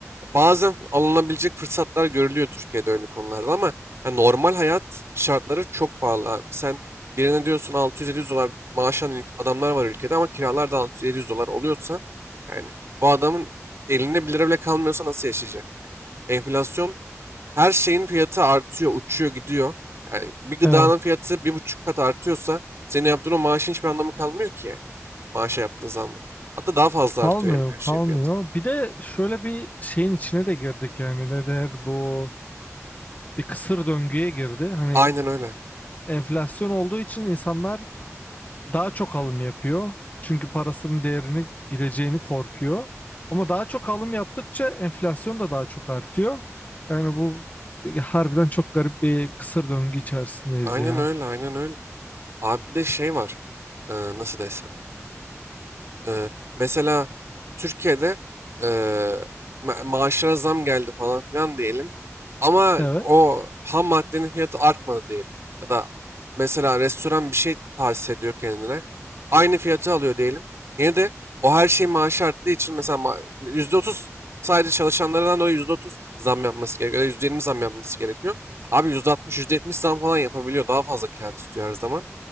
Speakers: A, on the right (about 55°); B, on the left (about 30°).
A: Bazen alınabilecek fırsatlar görülüyor Türkiye'de öyle konularda ama ya normal hayat şartları çok pahalı abi. Sen birine diyorsun 600-700 dolar maaş alan adamlar var ülkede ama kiralar da 600-700 dolar oluyorsa yani bu adamın elinde 1 lira bile kalmıyorsa nasıl yaşayacak yani? Enflasyon her şeyin fiyatı artıyor, uçuyor, gidiyor. Yani bir gıdanın
B: evet.
A: fiyatı bir buçuk kat artıyorsa senin yaptığın o maaşın hiçbir anlamı kalmıyor ki. yani. Maaşa yaptığın zammın. Hatta daha fazla artıyor
B: Kalmıyor,
A: hem her şeyin
B: kalmıyor.
A: fiyatı.
B: Bir de şöyle bir şeyin içine de girdik yani ne der bu bir kısır döngüye girdi. Hani
A: Aynen öyle.
B: enflasyon olduğu için insanlar daha çok alım yapıyor. Çünkü parasının değerini gideceğini korkuyor. Ama daha çok alım yaptıkça enflasyon da daha çok artıyor. Yani bu harbiden çok garip bir kısır döngü içerisindeyiz
A: Aynen
B: ya.
A: öyle, aynen öyle. Abi bir de şey var. Ee, nasıl desem. Ee, mesela Türkiye'de ee, ma- maaşlara zam geldi falan filan diyelim. Ama
B: Evet.
A: o ham maddenin fiyatı artmadı diyelim. Ya da mesela restoran bir şey tahsis ediyor kendine. Aynı fiyatı alıyor diyelim. Yine de o her şey maaşı arttığı için mesela ma- yüzde otuz sadece çalışanlardan dolayı %30 zam yapması gerekiyor. Ya da %20 zam yapması gerekiyor. Abi yüzde altmış, yüzde yetmiş zam falan yapabiliyor. Daha fazla kar istiyor her zaman.